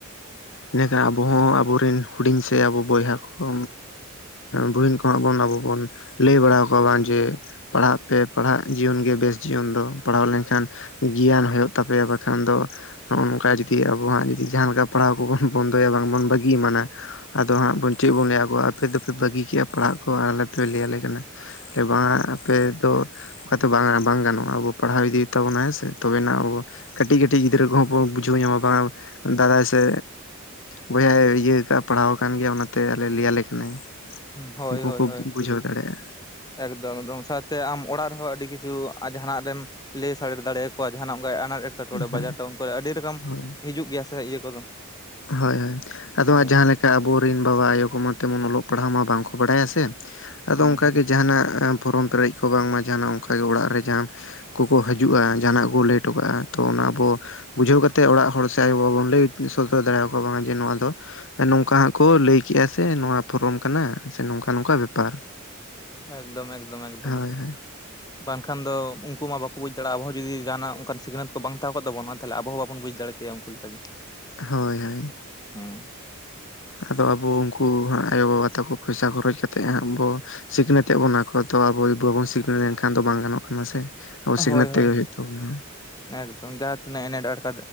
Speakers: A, on the left (about 60°); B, on the left (about 20°).
A: ᱤᱱᱟᱠᱷᱟᱱ ᱟᱵᱚ ᱦᱚᱸ ᱟᱵᱩᱨᱮᱱ ᱦᱩᱰᱤᱧ ᱥᱮ ᱟᱵᱩ ᱵᱚᱭᱦᱟ ᱠᱚ ᱠᱚ ᱵᱩᱦᱤᱱ ᱠᱚᱼᱼ ᱦᱚᱲ ᱵᱚᱱ ᱟᱵᱚ ᱵᱚᱱ ᱞᱟᱹᱭ ᱵᱟᱲᱟ ᱟᱠᱚᱣᱟ ᱵᱟᱝ ᱡᱮᱼᱼ ᱯᱟᱲᱦᱟᱜ ᱯᱮ ᱯᱟᱲᱦᱟᱜ ᱡᱤᱭᱚᱱ ᱜᱮ ᱵᱮᱥ ᱡᱤᱭᱚᱱ ᱫᱚ ᱯᱟᱲᱦᱟᱣ ᱞᱮᱱᱠᱷᱟᱱᱼᱼ ᱜᱤᱭᱟᱱ ᱦᱩᱭᱩᱜ ᱛᱟᱯᱮᱭᱟ ᱵᱟᱠᱷᱟᱱ ᱫᱚ ᱦᱚᱜᱼᱚ ᱱᱚᱝᱠᱟ ᱡᱩᱫᱤ ᱟᱵᱚᱣᱟᱜ ᱡᱩᱫᱤ ᱡᱟᱦᱟ ᱞᱮᱠᱟ ᱯᱟᱲᱦᱟᱣ ᱠᱚᱵᱚᱱᱼᱼ ᱵᱚᱱᱫᱚᱭᱟ ᱵᱟᱝᱵᱚᱱ ᱵᱟᱹᱜᱤ ᱮᱢᱟᱱᱟᱼᱼ ᱟᱫᱚ ᱦᱟᱸᱜ ᱵᱚᱱ ᱪᱮᱫ ᱵᱚᱱ ᱞᱟᱹᱭᱟ ᱟᱵᱚ ᱟᱯᱮ ᱫᱚᱯᱮ ᱵᱟᱹᱜᱤ ᱠᱮᱜᱼᱟ ᱯᱟᱲᱦᱟᱜ ᱠᱚ ᱟᱞᱮ ᱯᱮ ᱞᱟᱹᱭ ᱟᱞᱮ ᱠᱟᱱᱟ᱾ ᱵᱟᱝ ᱟᱯᱮ ᱫᱚᱼᱼ ᱚᱠᱟᱛᱮ ᱵᱟᱝ ᱵᱟᱝ ᱜᱟᱱᱚᱜᱼᱟ, ᱟᱵᱚ ᱯᱟᱲᱦᱟᱣ ᱤᱫᱤ ᱦᱩᱭᱩᱜ ᱛᱟᱵᱚᱱᱟ ᱦᱮᱸᱥᱮ ᱛᱚᱵᱮᱱᱟᱜ ᱟᱵᱚ ᱵᱚᱼᱼ ᱠᱟᱹᱴᱤᱡ ᱠᱟᱹᱴᱤᱡ ᱜᱤᱫᱽᱨᱟᱹ ᱠᱚᱦᱚᱸ ᱠᱚ ᱵᱩᱡᱷᱟᱹᱣ ᱧᱟᱢᱟ ᱵᱟᱝ ᱫᱟᱨᱟᱭ ᱥᱮᱼᱼ ᱵᱚᱭᱦᱟᱭ ᱤᱭᱟᱹ ᱠᱟᱜᱼᱟ ᱯᱟᱲᱦᱟᱣ ᱟᱠᱟᱱ ᱜᱮᱭᱟ ᱚᱱᱟᱛᱮ ᱟᱞᱮᱭ ᱞᱟᱹᱭ ᱟᱞᱮ ᱠᱟᱱᱟᱭ᱾
B: ᱦᱳᱭ
A: ᱩᱱᱠᱩ
B: ᱦᱳᱭ
A: ᱠᱚ
B: ᱦᱳᱭ᱾
A: ᱵᱩᱡᱷᱟᱹᱣ ᱫᱟᱲᱮᱭᱟᱜᱼᱟ
B: ᱮᱠᱫᱚᱢ ᱮᱠᱫᱚᱢ ᱥᱟᱶᱛᱮ ᱟᱢ ᱚᱲᱟᱜ ᱨᱮᱦᱚᱸ ᱟᱹᱰᱤ ᱠᱤᱪᱷᱩ ᱟᱨ ᱡᱟᱦᱟᱱᱟᱜ ᱨᱮᱢᱼᱼ ᱞᱟᱹᱭ ᱥᱟᱲᱮᱨ ᱫᱟᱲᱮᱭᱟᱠᱚᱣᱟ, ᱡᱟᱦᱟᱱᱟᱜ ᱚᱱᱠᱟ ᱟᱱᱟᱴ ᱮᱴ ᱮᱴᱠᱮᱴᱚᱬᱮ
A: ᱦᱳᱭ
B: ᱵᱟᱡᱟᱨ ᱴᱟᱣᱩᱱ ᱠᱚᱨᱮ ᱟᱹᱰᱤ ᱨᱚᱠᱚᱢ
A: ᱦᱳᱭ
B: ᱦᱤᱡᱩᱜ ᱜᱮᱭᱟ ᱥᱮ ᱤᱭᱟᱹ ᱠᱚᱫᱚ᱾
A: ᱦᱳᱭ ᱦᱳᱭ, ᱟᱫᱚ
B: ᱦᱳᱭ
A: ᱦᱟᱜ ᱡᱟᱦᱟᱸ ᱞᱮᱠ ᱠᱟ ᱟᱵᱚᱨᱮᱱ ᱵᱟᱵᱟ ᱟᱭᱳ ᱠᱚᱢᱟ ᱛᱮᱢᱚᱱ ᱚᱞᱚᱜ ᱯᱟᱲᱦᱟᱣ ᱢᱟ ᱵᱟᱝᱠᱚ ᱵᱟᱲᱟᱭᱟ ᱥᱮᱼᱼ ᱟᱫᱚ
B: ᱦᱩᱸ
A: ᱚᱱᱠᱟ
B: ᱦᱩᱸ
A: ᱜᱮ ᱡᱟᱦᱟᱱᱟᱜ ᱯᱷᱚᱨᱚᱢ ᱯᱮᱨᱮᱡ ᱠᱚ ᱵᱟᱝᱢᱟ ᱡᱟᱦᱟᱱᱟᱜ ᱚᱱᱠᱟ ᱜᱮ ᱚᱲᱟᱜ ᱨᱮ ᱡᱟᱦᱟᱼᱼ ᱠᱚᱠᱚ ᱦᱤᱡᱩᱜᱼᱟ, ᱡᱟᱦᱟᱱᱟᱜ ᱠᱚ ᱞᱟᱹᱭ ᱚᱴᱚ ᱠᱟᱜᱼᱟ ᱛᱚ ᱚᱱᱟ ᱟᱵᱚᱼᱼ ᱵᱩᱡᱷᱟᱹᱣ ᱠᱟᱛᱮᱫ ᱚᱲᱟᱜ ᱦᱚᱲ ᱥᱮ ᱟᱭᱳᱼᱵᱟᱵᱟ ᱵᱚᱱ ᱞᱟᱹᱭ ᱥᱚᱫᱚᱨ ᱫᱟᱲᱮᱭᱟᱠᱚᱣᱟ ᱵᱟᱝᱟ ᱡᱮ ᱱᱚᱣᱟ ᱫᱚᱼᱼ ᱱᱚᱝᱠᱟ ᱦᱟᱸᱜ ᱠᱚ ᱞᱟᱹᱭ ᱠᱮᱜᱼᱟ, ᱥᱮ ᱱᱚᱣᱟ ᱯᱷᱚᱨᱚᱢ ᱠᱟᱱᱟ ᱥᱮ ᱱᱚᱝᱠᱟ ᱱᱚᱝᱠᱟ ᱵᱮᱯᱟᱨ᱾
B: ᱮᱠᱫᱚᱢ ᱮᱠᱫᱚᱢ ᱮᱠᱫᱚᱢ᱾
A: ᱦᱳᱭ ᱦᱳᱭ
B: ᱵᱟᱝᱠᱷᱟᱱ ᱫᱚ ᱩᱱᱠᱩ ᱢᱟ ᱵᱟᱠᱚ ᱵᱩᱡᱽ ᱫᱟᱲᱮᱜᱼᱟ, ᱟᱵᱚᱸ ᱦᱚ ᱡᱩᱫᱤ ᱡᱟᱦᱱᱟᱜ ᱚᱱᱠᱟᱱ ᱥᱤᱠᱷᱱᱟᱹᱛ ᱠᱚ ᱵᱟᱝ ᱛᱟᱦᱮᱸ ᱠᱚᱜ ᱛᱟᱵᱚᱱᱟ ᱛᱟᱦᱞᱮ ᱟᱵᱚ ᱦᱚᱸ ᱵᱟᱵᱚᱱ ᱠᱚ ᱛᱟᱵᱚᱱᱟ ᱵᱩᱡᱽ ᱫᱟᱲᱮ ᱠᱮᱭᱟ ᱩᱱᱠᱩ ᱞᱮᱠᱟ ᱜᱮᱼᱼ
A: ᱦᱳᱭ ᱦᱳᱭ᱾
B: ᱦᱩᱸ᱾
A: ᱟᱫᱚ ᱟᱵᱚ ᱩᱱᱠᱩ ᱦᱟᱜ ᱟᱭᱳᱼᱵᱟᱵᱟ ᱛᱟᱠᱚ ᱯᱚᱭᱥᱟ ᱠᱷᱚᱨᱚᱪ ᱠᱟᱛᱮᱫ ᱦᱟᱸᱜ ᱟᱵᱚᱼᱼ ᱥᱤᱠᱷᱱᱟᱹᱛ ᱮᱜ ᱵᱚᱱᱟ ᱠᱚ ᱛᱚ ᱟᱵᱚ ᱵᱟᱵᱚᱱ ᱥᱤᱠᱷᱱᱟᱹᱛ ᱞᱮᱱᱠᱷᱟᱱ ᱫᱚ ᱵᱟᱝ ᱜᱟᱱᱚᱜ ᱠᱟᱱᱟ ᱥᱮ᱾ ᱟᱵᱚ
B: ᱦᱳᱭ
A: ᱥᱤᱠᱷᱱᱟᱹᱛ
B: ᱦᱳᱭ
A: ᱛᱮᱜᱮ ᱦᱩᱭᱩᱜ ᱛᱟᱵᱚᱱᱟ᱾
B: ᱮᱠᱫᱚᱢ ᱡᱟᱦᱟᱸ ᱛᱤᱱᱟᱹᱜ ᱮᱱᱮᱴ ᱟᱴ